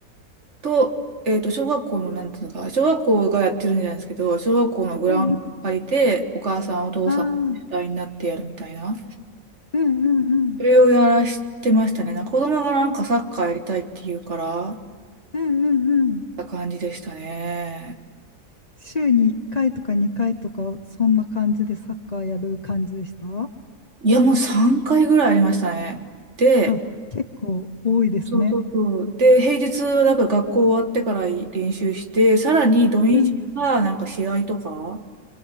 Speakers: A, on the right (about 55°); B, on the left (about 35°).
A: と、えーと、小学校の、なんていうのか、小学校がやってるんじゃないですけど、小学校のグラウンド借りて、
B: うんうん。
A: お母さん、お父さん、
B: ああ、
A: 主体になってやるみたいな、
B: うんうんうん。
A: それをやらしてましたね。なんか子供がなんかサッカーやりたいって言うから、
B: うんうんうん。
A: た感じでしたね。
B: 週に1回とか2回とか、そんな感じでサッカーやる感じでした
A: いや、もう3回ぐらいありましたね。で、
B: あ、結構多いですね。
A: そうそうそう。で、平日はだから学校終わってから練習して、さらに土日はなんか試合とか
B: うん